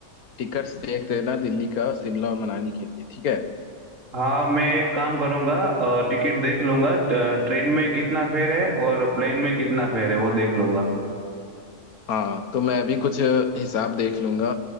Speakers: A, on the left (about 70°); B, on the right (about 55°).
A: टिकट्स देख देना दिल्ली का शिमला और मनाली के लिए ठीक है
B: हाँ मैं एक काम करूँगा अ, टिकट देख लूंगा ट- ट्रेन में कितना फेयर है और प्लेन में कितना फेयर है वो देख लूंगा
A: हाँ तो मैं भी कुछ हिसाब देख लूंगा